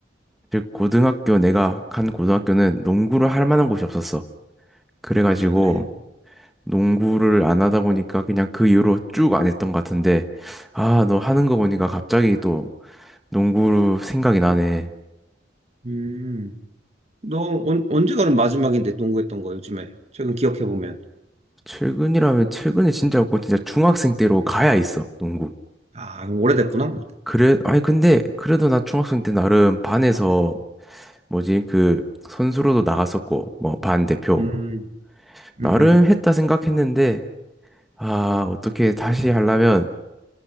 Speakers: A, in the centre; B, on the right (about 35°).
A: 즉 고등학교 내가 간 고등학교는 농구를 할 만한 곳이 없었어. 그래가지고
B: 아, 그래?
A: 농구를 안 하다 보니까 그냥 그 이후로 쭉 안 했던 것 같은데, 아, 너 하는 거 보니까 갑자기 또 농구 생각이 나네.
B: 음, 너 언, 언제가 그럼 마지막인데 농구했던 거 요즘에? 최근 기억해보면.
A: 최근이라면 최근에 진짜 없고 진짜 중학생 때로 가야 있어, 농구.
B: 아, 그럼 오래됐구나.
A: 그래, 아니, 근데, 그래도 나 중학생 때 나름 반에서, 뭐지, 그, 선수로도 나갔었고, 뭐, 반 대표.
B: 음,
A: 나름
B: 음, 음.
A: 했다 생각했는데, 아, 어떻게 다시 하려면,